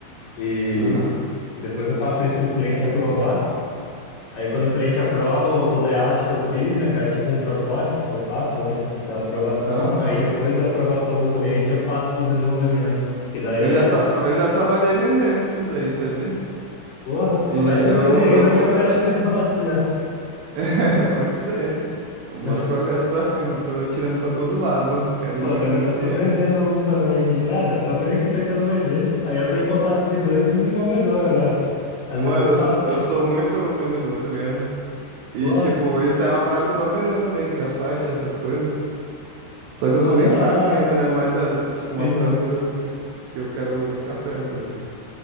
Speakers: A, on the left; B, on the right.
A: E,
B: aham,
A: e depois eu passo isso para o cliente aprovar. Aí quando o cliente aprova o, o layout que eu fiz, né, que é tipo um protótipo que eu faço antes da aprovação,
B: aham.
A: aí depois da aprovação do cliente eu passo para o desenvolvimento, que daí
B: Eu
A: é,
B: já, tra-
A: ó,
B: eu já trabalhei vendendo esses aí, sabia?
A: porra,
B: E
A: começa a vender
B: eu,
A: aí,
B: eu,
A: nós
B: co-
A: já fecha o <laughs> negócio já.
B: <laughs> É, Pode ser. Bora
A: Eu,
B: progresso pra firma. Eu tô atirando pra todo lado. Eu Quero
A: pô,
B: ganhar
A: eu tô,
B: muito
A: eu
B: dinheiro.
A: tô vendendo um também aqui. Ah, eu tô meio que tentando vender. Aí eu tenho contato de dois desenvolvedores agora. Às
B: Mano,
A: vezes eu
B: eu
A: passo,
B: sou, eu sou muito vendedor, tá ligado? E,
A: pô,
B: tipo, isso é uma parada que eu tô aprendendo também, criar site, essas coisas. Só que
A: pô,
B: eu sou bem
A: da
B: fraco
A: hora, da hora.
B: ainda, né? Mas é tipo uma
A: Sim.
B: parada que eu, que eu quero ficar fera também.